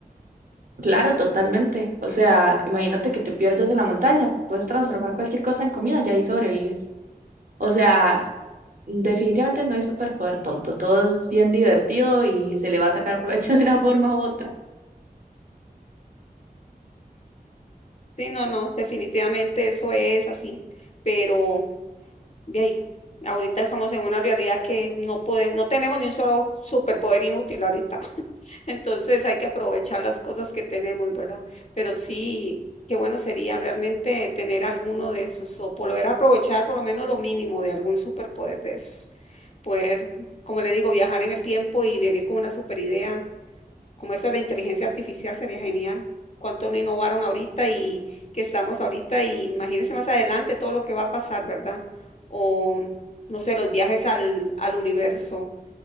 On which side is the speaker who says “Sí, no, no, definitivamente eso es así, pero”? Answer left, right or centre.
Left